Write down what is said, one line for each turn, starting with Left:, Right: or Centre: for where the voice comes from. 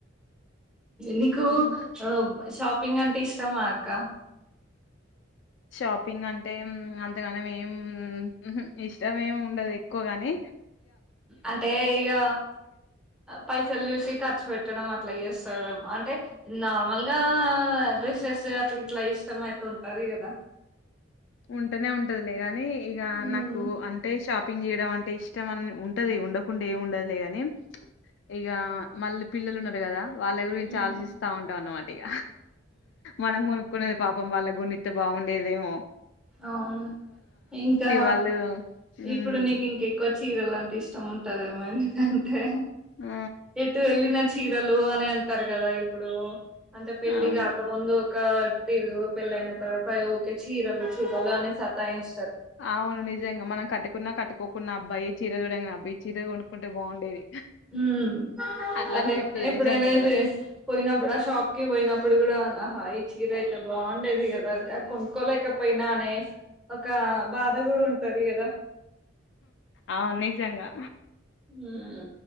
Centre: నీకు
Left: ఇంకా
Centre: అ షాప్ ఇంగంటె ఇష్టమాక్క
Left: షాపింగ్ అంటేం అంతగాని మేం ఉహు ఇష్టమేం ఉండదు ఎక్కువగాని
Centre: అంటే ఇగ పైసల్ చూసి ఖర్చు పెట్ చట్టడం అట్లా చేస్తా అంటే నార్మల్గా డ్రెస్సెస్ అట్లా ఇట్లా ఇష్టం అయితే ఉంటది కదా
Left: ఉంటేనే ఉంటదులే గానీ ఇగ
Centre: ఉమ్
Left: నాకు అంటే షాపింగ్ చేయడం అన్ అంటే ఇష్టం అని ఉంటది ఉండకుండా ఏం ఉండదులే గాని ఇగ మళ్ళీ పిల్లలు ఉన్నారు కదా వాళ్ళ గురించి
Centre: ఉమ్
Left: ఆలోచిస్తా ఉంటాం అన్నమాట ఇగ మనం కొనుక్కునేది పాపం వాళ్ళ గున్నిత్ బాగున్ ఏదేమో
Centre: అవును ఇంకా
Left: వాళ్ళు హ్మ్.
Centre: ఇప్పుడు నీకు ఇంక ఎక్కువత్ చీర లాంటి ఇష్టం ఉంటదేమో గఅంతే
Left: ఆ!
Centre: చెటు వెళ న చీరలు అని అంటారు కదా ఇప్పుడు అంటే పెళ్ళిగా
Left: అవును.
Centre: కాకముందు ఒక ఇరుగు పిలయినా తరవాతా <unintelligible> చీరలు లో అని సాతాఇంచ్
Left: అవును నిజంగా మనం కట్టుకున్నా కట్టుకోకున్న అబ్బాయి చీర చూడంగా అాయిీర కొంక్కుంటే బాగుండేది
Centre: ఉమ్
Left: అట్లా
Centre: అదే
Left: అనిపిత్తది
Centre: ఎప్పుడైనా
Left: నిజంగా కూడా.
Centre: పోయినప్పుడు ఆ షాక్కిి పోయినప్పుడు కూడా హా ఇ చి రా ఇట్ల బాగుండేది కదా కొనుకోలేకపోయినా అనే ఒక బాధ కూడా ఉంటది కదా
Left: అవు నిజంగా
Centre: ఉమ్